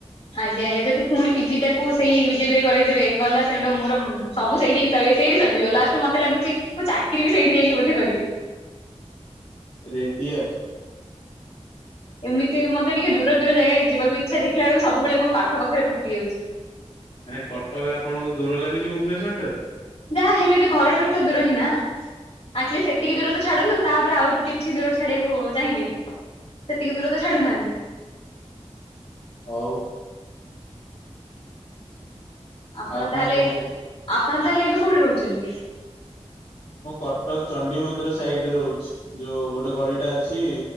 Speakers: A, on the left (about 60°); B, on the left (about 75°).
A: ଆଜ୍ଞା ଆଜ୍ଞା ଯଦି ପୁଣି ପିଜି ଟାକୁ ସେଇ ବିଜେପି ରେ କରେଇଦେବେ ଗଲା ସେଇଠୁ ମୋର ସବୁ ସେଇଠି ସେଇଠି ସରିଯିବ ଲାଷ୍ଟ କୁ ମତେ ଲାଗୁଛି ମୁଁ ଚାକିରି ବି ସେଇଠି ଯାଇକି କରିବି।
B: ରେଡ୍ଡି ଆଉ।
A: ଏମିତି ମତେ ଟିକେ ଦୂର ଦୂର ଜାଗା ଯିବାକୁ ଇଚ୍ଛା ଦେଖିଲାବେଳକୁ ସବୁବେଳେ ମୋ ପାଖ ପାଖରେ ଫସିଯାଉଛି।
B: ଆରେ କଟକ ଆପଣଙ୍କୁ ଦୂର ଲାଗୁଛି ଭୁବନେଶ୍ଵର ଠାରୁ?
A: ଯାହା ହେଲେ ବି ଘର ଠାରୁ ତ ଦୂର ହିଁ ନା ଆଟଲିଷ୍ଟ ସେତିକି
B: ଓହୋ।
A: ଦୂର ତ ଛାଡନ୍ତୁ। ତାପରେ ଆଉ କିଛି ଦୂର ଛାଡିବାକୁ ଚାହିଁବେ ସେତିକି ଦୂର ତ ଛାଡୁନାହାନ୍ତି।
B: ହଉ।
A: ଆପଣ
B: ଆଉ କଣ
A: ତାହେଲେ
B: କୁହନ୍ତୁ?
A: ଏବେ ଆପଣ ତାହେଲେ ଏବେ କୋଉଠି ରହୁଛନ୍ତି?
B: ମୁଁ କଟକ ଚଣ୍ଡିମନ୍ଦିର ସାଇଟିରେ ରହୁଛି। ଯୋଉ ଗୋଟେ ଗଳିଟା ଅଛି।